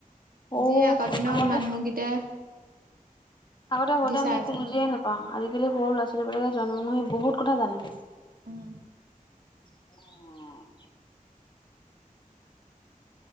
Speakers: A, on the left (about 30°); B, on the right (about 80°).
A: সৰু
B: যি আগৰ দিনৰ
A: আগতে
B: মানুহগিতাই
A: আগতে সৰুতে আমি
B: চাই
A: একো
B: আছে
A: বুজিয়ে নাপাওঁ আজিকালি সৰু ল'ৰা -ছোৱালীবিলাকে জন্ম হৈ বহুত কথা জানে।
B: উম
A: <unintelligible>